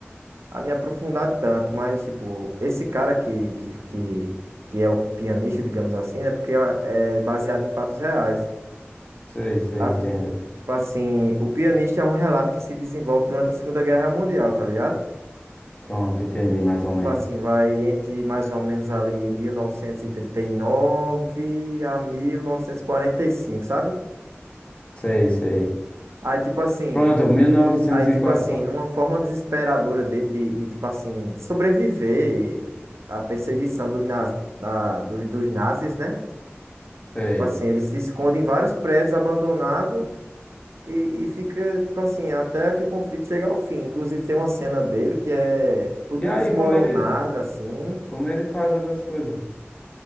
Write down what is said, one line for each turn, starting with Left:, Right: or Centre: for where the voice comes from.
Right: a me aprofundar tanto, mas, tipo, esse cara que, que, que, que é o pianista, digamos assim, né? Porque ah, é baseado em fatos reais,
Left: Sei, sei,
Right: sabe?
Left: entendo.
Right: Tipo assim, o pianista é um relato que se desenvolve durante a Segunda Guerra Mundial, tá ligado?
Left: Pronto, entendi
Right: Que,
Left: mais
Right: que,
Left: ou
Right: tipo
Left: menos.
Right: assim, vai entre mais ou menos ali 1939 a 1945, sabe?
Left: Sei, sei.
Right: Aí, tipo assim,
Left: Pronto, 1904.
Right: Aí, tipo assim,
Left: só-
Right: numa forma desesperadora dele de, de, tipo assim, de sobreviver à perseguição dos, naz, da- dos, dos nazis, né?
Left: Sei.
Right: Tipo assim, ele se esconde em vários prédios abandonados e, e fica, tipo assim, até que o conflito chegue ao fim. Inclusive, tem uma cena dele que é tudo
Left: E aí,
Right: desmoronado,
Left: como ele,
Right: assim.
Left: como ele faz outras coisas?